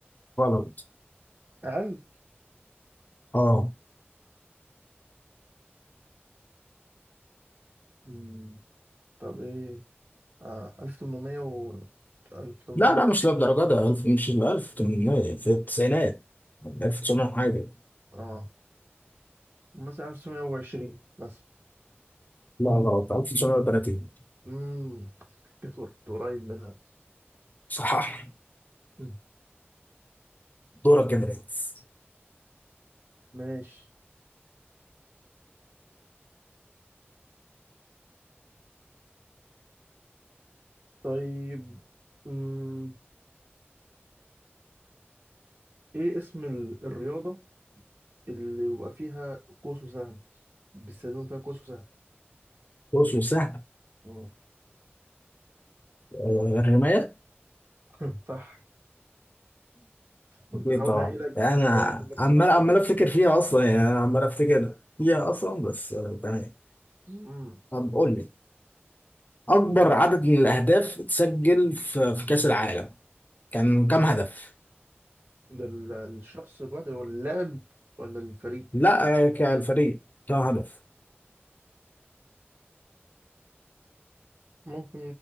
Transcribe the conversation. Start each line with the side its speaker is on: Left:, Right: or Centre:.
Left: غلط
Right: أقل؟
Left: اه
Right: مم. طب ايه آه 1800 و 1800
Left: لا لا مش للدرجة ده 1000 مش 1800 في التسعينات 1900 حاجة
Right: اه مثلا 1920 مثلا
Left: لا غلط 1930
Right: امم كنت قريب منها
Left: صحح
Right: مم.
Left: دورك يا برنس
Right: ماشي طيب امم ايه اسم ال- الرياضة اللي بيبقى فيها قوس وسهم بيستخدموا فيها قوس وسهم
Left: بص سهل
Right: مم.
Left: آه، الرماية
Right: <laughs> صح كنت
Left: أكيد
Right: بحاول
Left: طبعا
Right: الاقي لك
Left: أنا
Right: اجيب لك
Left: عمال
Right: سؤال
Left: عمال
Right: كده
Left: أفتكر فيها أصلا يعني أنا عمال أفتكر فيها أصلا بس آه، تمام
Right: امم
Left: طب قول لي أكبر عدد من الأهداف اتسجل في في كأس العالم كان كام هدف؟
Right: ده ال- الشخص الواحد هو اللاعب ولا الفريق
Left: لا آه، كالفريق كام هدف؟
Right: ممكن